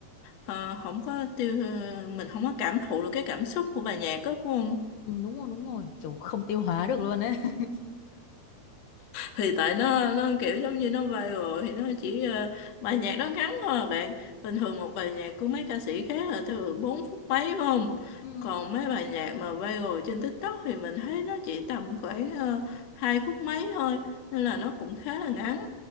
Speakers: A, on the left; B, on the left.
A: ờ, không có tiêu ờ, mình không có cảm thụ được cái cảm xúc của bài nhạc đó đúng không
B: ừ, Đúng rồi đúng rồi Kiểu không tiêu hóa được luôn ấy <laughs>
A: thì tại nó nó kiểu giống như nó viral thì nó chỉ ờ, bài nhạc nó ngắn thôi à bạn bình thường một bài nhạc của mấy ca sĩ khác là từ 4 phút mấy phải không
B: Ừ,
A: còn mấy bài nhạc mà viral trên TikTok thì mình thấy nó chỉ tầm khoảng uh, 2 phút mấy thôi nên là nó cũng khá là ngắn